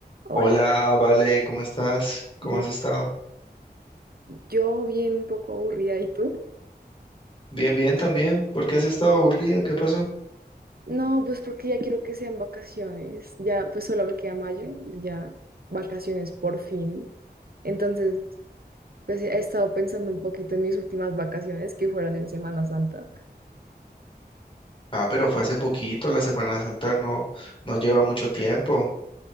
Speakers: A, on the right; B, on the left.
A: Hola,
B: Hola, Vale, ¿cómo estás? ¿Cómo
A: bien.
B: has estado?
A: Yo bien un poco aburrida, ¿y tú?
B: Bien, bien también. ¿Por qué has estado aburrida? ¿Qué pasó?
A: No, pues porque ya quiero que sean vacaciones. Ya, pues solo me queda mayo y ya vacaciones por fin. Entonces, pues he estado pensando un poquito en mis últimas vacaciones que fueron en Semana Santa,
B: Ah, pero fue hace poquito, la Semana Santa no, no lleva mucho tiempo.